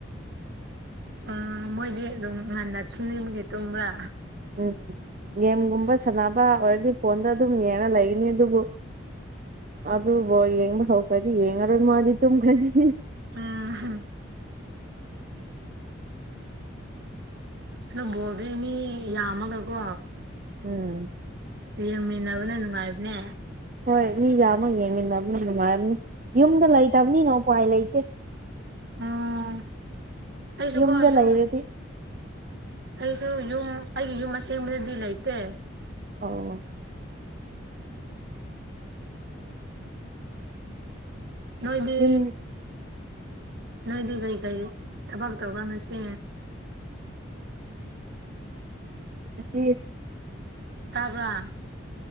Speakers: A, on the right; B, on the right.
A: ꯑ ꯎꯝ ꯃꯣꯏꯗꯤ ꯑꯗꯨꯝ ꯉꯟꯅ ꯊꯨꯝꯅꯤꯡꯕꯒꯤ ꯇꯨꯝꯕ꯭ꯔꯥ
B: ꯎꯝ ꯒꯦꯝꯒꯨꯝꯕ ꯁꯥꯟꯅꯕ ꯑꯣꯏꯔꯗꯤ ꯐꯣꯟꯗ ꯑꯗꯨꯝ ꯌꯦꯡꯉ ꯂꯩꯒꯅꯤ ꯑꯗꯨꯕꯨ ꯑꯗꯨ ꯕꯣꯜ ꯌꯦꯡꯕ ꯍꯧꯈ꯭ꯔꯗꯤ ꯌꯦꯡꯉꯔꯣꯏ ꯃꯥꯗꯤ ꯇꯨꯝꯈ꯭ꯔꯅꯤ
A: ꯎꯝ ꯑꯗꯣ ꯕꯣꯜꯗꯤ ꯃꯤ ꯌꯥꯝꯃꯒꯀꯣ
B: ꯎꯝ
A: ꯌꯦꯡꯃꯤꯟꯅꯕꯅ ꯅꯨꯡꯉꯥꯏꯕꯅꯦ
B: ꯍꯣꯏ ꯃꯤ ꯌꯥꯝꯃꯒ ꯌꯦꯡꯃꯤꯟꯅꯕꯅ ꯅꯨꯡꯉꯥꯏꯔꯝꯅꯤ ꯌꯨꯝꯗ ꯂꯩꯇꯕꯅꯤꯅ ꯎꯄꯥꯏ ꯂꯩꯇꯦ
A: ꯎꯝ ꯑꯩꯁꯨ
B: ꯌꯨꯝꯗ
A: ꯀꯣ ꯌꯨꯝ
B: ꯂꯩꯔꯗꯤ
A: ꯑꯩꯁꯨ ꯌꯨꯝ ꯑꯩꯒꯤ ꯌꯨꯝ ꯑꯁꯦꯡꯕꯗꯗꯤ ꯂꯩꯇꯦ
B: ꯑꯧ
A: ꯅꯣꯏꯗꯤ
B: ꯌꯨꯝ
A: ꯅꯣꯏꯗꯤ ꯀꯔꯤ ꯀꯔꯤ ꯊꯕꯛ ꯇꯧ꯭ꯔ ꯉꯁꯤ
B: ꯉꯁꯤ
A: ꯇꯥꯕꯔ